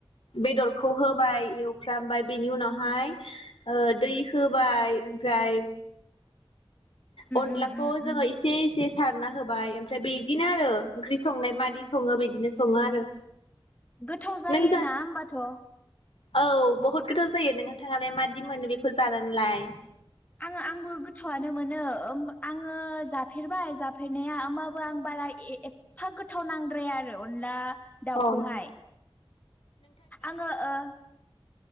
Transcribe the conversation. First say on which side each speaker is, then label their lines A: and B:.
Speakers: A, on the left; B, on the left.
A: बेदरखौ होबाय एवफ्रामबाय बेनि उनावहाय ओ दै होबाय ओमफ्राय अनलाखौ
B: उम उम
A: जोङो
B: उम
A: एसे एसे सारना होबाय ओमफ्राय बिदिनो आरो ओंख्रि संनाय मायदि सङो बिदिनो सङो आरो।
B: गोथाव जायोना
A: नों जा
B: होमबाथ'।
A: औ बहुद गोथाव जायो नोंथाङालाय माददि मोनो बेखौ जानानैलाय?
B: आङो आंबो गोथौआनो मोनो ओमबा आङो जाफेरबाय जाफेरनाया होमबाबो आं बारा एफा गोथाव नांदों आरो अनला दाउखौहाय।
A: अ
B: आङो ओ